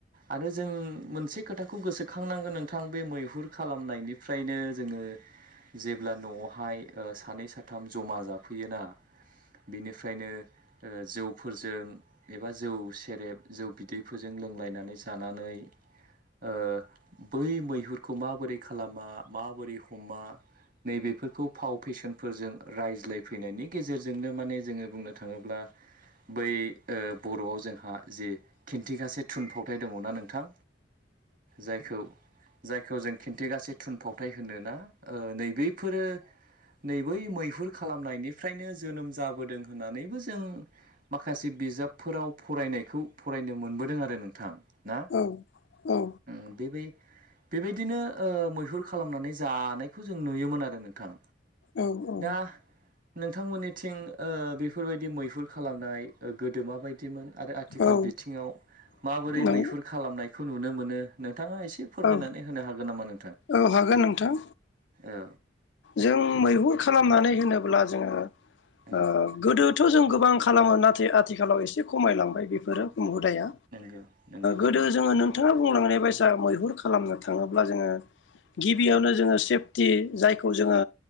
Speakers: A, on the right; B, on the left.
A: आरो जों मोनसे खोथाखौ गोसोखांनांगोन नोंथां बे मैहुर खालामनायनिफ्रायनो जोङो जेब्ला न'आवहाय ओ सानै साथाम जमा जाफैयोना बिनिफ्रायनो जौफोरजों एबा जौ सेरेब जौ बिदैफोरजों लोंलायनानै जानानै। ओ बै मैहुरखौ माबोरै खालामा माबोरै हमा नैबेफोरखौ फाव फेसन। फोरजों रायज्लायफैनायनि गेजेरजोंनो माने जोङो बुंनो थाङोब्ला बै ओ बर'आव जोंहा जे खिन्थिगासे थुनफावथाय दङना नोंथां। जायखौ -जायखौ जों खिन्थिगाससे थुनफावथाय होनो ना ओ नैबेफोरो नै बै मैहुर खालामनायनिफ्रायनो जोनोम जाबोदों होननानैबो जों माखासे बिजा बफोराव फरायनायखौ फरायनो मोनबोदों आरो नोंथां। ना
B: औऔ
A: उम बेबाय बेबायदिनो ओ मैहुर खालामनानै जानायखौ जों नुयोमोन आरो नोंथां।
B: औ औ।
A: दा नोंथांमोननिथिं बेफोरबायदि मैहुर खालामनाय गोदोम बायदिमोन? आरो आथिखाल
B: औ
A: बिथिङाव माबोरै
B: नों
A: मैहुर खालामनायखौ नुनो मोनो नों नोंथाङा एसे फोरमायनानै
B: औ
A: होनो हागोन नामा नोंथां
B: औ हागोन नोंथां
A: औ।
B: जों मैहुर खालामनानै होनोब्ला जोङो
A: औ
B: ओ गोदोथ' जों गोबां खालामो नाथाय आथिखालाव एसे खमायलांबाय बेफोरो। हुदाया
A: नंगौ नंगौ
B: गोदो
A: नंगौ
B: जोङो नोंथाङा बुंलांनाय बायसा मैहुर खालामनो थाङोब्ला जोङो गिबियावनो जोङो सेफटि जायखौ जोङो